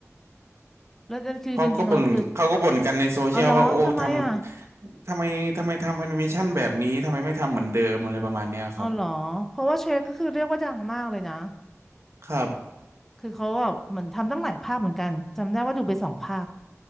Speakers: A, in the centre; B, on the right (about 60°).
A: แล้วนั่นคือจริงๆเราคือ
B: เขาก็บ่นเขาก็บ่นกันในโซเชียลว่าโอ้ท
A: เอาเหรอทำไมอ่ะ
B: ำทำไมทำไมทำแอนิเมชันแบบนี้ทำไมไม่ทำเหมือนเดิมอะไรประมาณเนี้ยครับ
A: เอาเหรอเพราะว่าเชฟก็คือเรียกว่าดังมากเลยนะ
B: ครับ
A: คือเขาแบบเหมือนทำตั้งหลายภาคเหมือนกันจำได้ว่าดูไปสองภาค